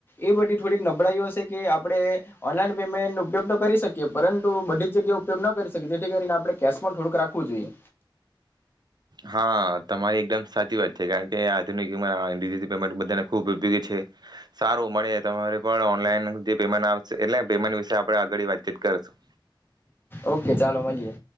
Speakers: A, on the left; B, on the right.
A: એ બધી થોડીક નબળાઈું હશે કે આપણે ઓનલાઈન પેમેન્ટ ઉપયોગ તો કરી શકીએ પરંતુ બધી જ જગ્યાએ ઉપયોગ ન કરી શકીએ જેથી કરીને આપણે કેશ પણ થોડુંક રાખવું જોઈએ.
B: હા તમારી એકદમ સાચી વાત છે કારણ કે આધુનિકલ પેમેન્ટ બધાને ખુબ ઉપયોગી છે સારું મળે તમારે પણ ઓનલાઈન જે પેમેન્ટ આપશે એટલે પેમેન્ટ વિશે આપણે આગળ વાતચીત કરશું.
A: ઓકે ચાલો મળીએ.